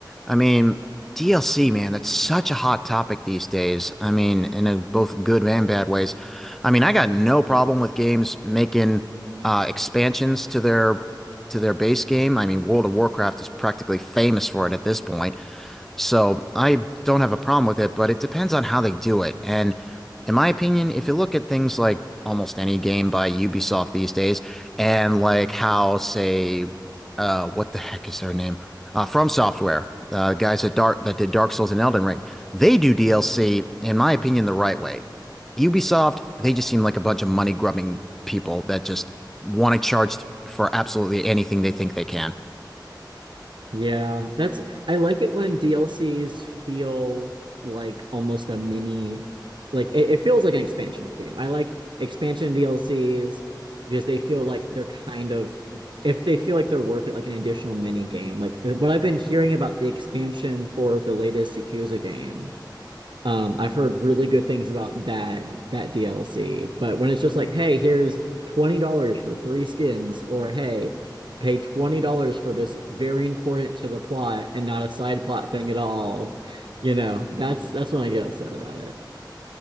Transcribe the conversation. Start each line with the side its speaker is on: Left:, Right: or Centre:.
Centre: I mean, DLC, man, that's such a hot topic these days. I mean, in a, both good and bad ways. I mean, I got no problem with games making uh, expansions to their to their base game. I mean, World of Warcraft is practically famous for it at this point. So I don't have a problem with it, but it depends on how they do it. And in my opinion, if you look at things like almost any game by Ubisoft these days, and like how, say, uh, what the heck is their name? Uh, From Software, uh, guys that Dark that did Dark Souls and Elden Ring, they do DLC, in my opinion, the right way. Ubisoft, they just seem like a bunch of money grubbing people that just want to charge for absolutely anything they think they can.
Right: Yeah, that's I like it when DLCs feel like almost a mini, like it, it feels like an expansion of the game. I like expansion DLCs because they feel like they're kind of if they feel like they're worth it, like an additional mini game. Like the, what I've been hearing about the expansion for the latest Yakuza game um, I've heard really good things about that that DLC, but when it's just like, hey, here's twenty dollars for three skins, or hey, pay twenty dollars for this very important to the plot and not a side plot thing at all, you know, that's that's when I get upset about it.